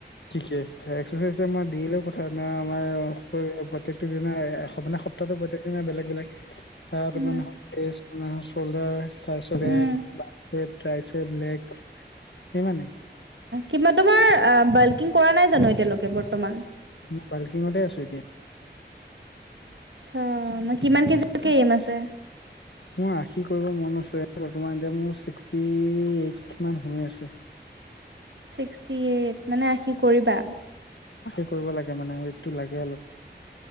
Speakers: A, on the left; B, on the right.
A: কি একচচাইজাৰ দিলে ক আমাৰ প্ৰত্যেকটো দি মানে সপ্তাহটো প্ৰত্যেক দিন বেলেগ বেলেগ আহ আগত
B: উম
A: মানে টেইচ চল্ডাৰ তাৰপিছতেই
B: উম
A: টাই চেপ <unintelligible> বেলেগ সেইমানে
B: কি তোমাৰ বাল্কিং কৰা নাই জানো এতিয়ালৈকে বৰ্তমান
A: মই বাল্কিঙতে আছো এতিয়া
B: আতছা মই কিমান কেজি‌ লেকৈ এম আছে
A: মোৰ আশী কৰিব মন আছে বৰ্তমান এতিয়া চিষ্টি এইত কিমান হৈয় আছে
B: ছিক্সটি এইট মানে আশি কৰিবা
A: আশি কৰিব লাগে মানে ওৱেট টো লাগে অলপ